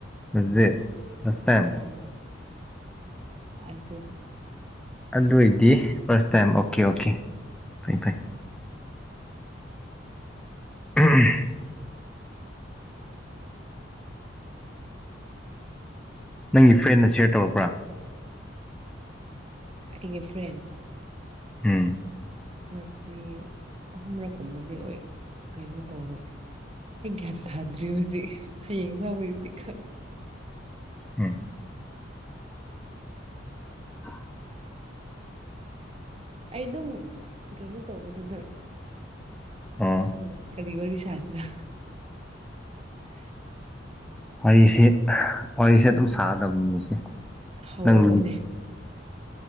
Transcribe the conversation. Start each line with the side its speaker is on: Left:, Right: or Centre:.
Centre: ꯍꯧꯖꯤꯛ꯫ First time.
Right: ꯑꯥ ꯑꯗꯨ꯫
Centre: ꯑꯗꯣꯏꯗꯤ꯫ ꯐꯥꯔꯁ ꯇꯥꯏꯝ ꯑꯣꯀꯦ-ꯑꯣꯀꯦ ꯐꯥꯏ-ꯐꯥꯏ꯫ ꯎꯝ꯫ ꯅꯪꯒꯤ ꯐ꯭ꯔꯦꯟꯅ ꯁꯤꯌꯔ ꯇꯧꯔꯛꯄ꯭ꯔꯥ꯫
Right: ꯑꯩꯒꯤ ꯐ꯭ꯔꯦꯟ꯫
Centre: ꯍꯨꯝ꯫
Right: ꯉꯁꯤ ꯑꯍꯨꯝꯔꯛꯀꯨꯝꯕꯗꯤ ꯑꯣꯏ ꯀꯩꯅꯣ ꯇꯧꯋꯦ ꯑꯩ ꯒ꯭ꯌꯥꯟ ꯇꯥꯗ꯭ꯔꯤ ꯍꯧꯖꯤꯛ ꯍꯌꯦꯡ ꯐꯥꯎꯕꯒꯤꯗꯤ ꯈꯪꯉꯦ꯫
Centre: ꯎꯝ꯫ <inaudible>
Right: ꯑꯩ ꯑꯗꯨꯝ ꯀꯩꯅꯣ ꯇꯧꯕꯗꯨꯗ꯫
Centre: ꯑꯣ
Right: ꯈꯪꯗꯦ ꯀꯔꯤ ꯋꯥꯔꯤ꯫ ꯆꯦꯖꯔꯥ <inaudible>
Centre: ꯋꯥꯔꯤꯁꯦ-ꯋꯥꯔꯤꯁꯦ ꯑꯗꯨꯝ ꯁꯥꯗꯝꯅꯤ ꯁꯤꯁꯦ ꯫
Right: ꯍꯧꯔꯛꯑꯣꯅꯦ
Centre: ꯅꯪ